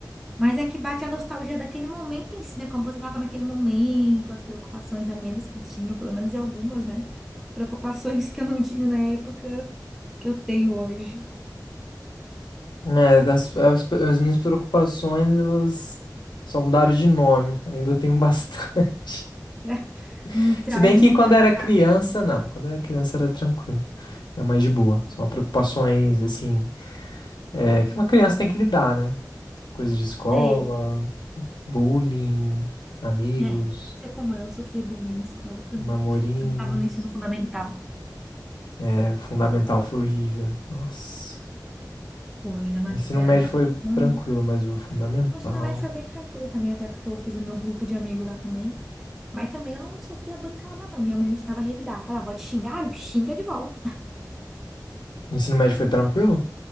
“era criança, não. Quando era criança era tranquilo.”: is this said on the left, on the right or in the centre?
Left